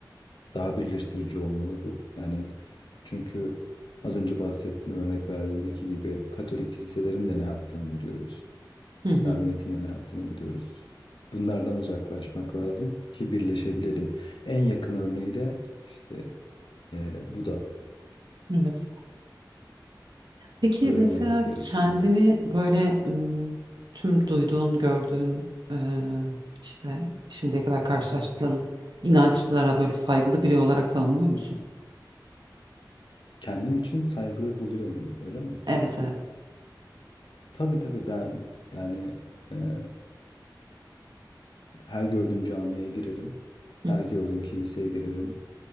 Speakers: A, on the left; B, on the right.
A: daha birleştirici olmalı bu. Yani çünkü az önce bahsettiğim örnek verdiğimdeki gibi Katolik kiliselerin de ne yaptığını biliyoruz.
B: Hı
A: İslamiyet'in
B: hı.
A: de ne yaptığını biliyoruz. Bunlardan uzaklaşmak lazım ki birleşebilelim. En yakın örneği de işte eee, bu da
B: Evet. Peki
A: öyle
B: mesela
A: olması gerekiyor.
B: kendini böyle ım, tüm duyduğun, gördüğün eee, işte şimdiye kadar karşılaştığın inançlara böyle saygılı biri olarak tanımlıyor musun?
A: Kendim için saygılı buluyor muyum öyle mi?
B: Evet evet.
A: Tabii tabii ben yani ee, Her gördüğüm camiye girerim.
B: Hı
A: Her gördüğüm kiliseye girerim.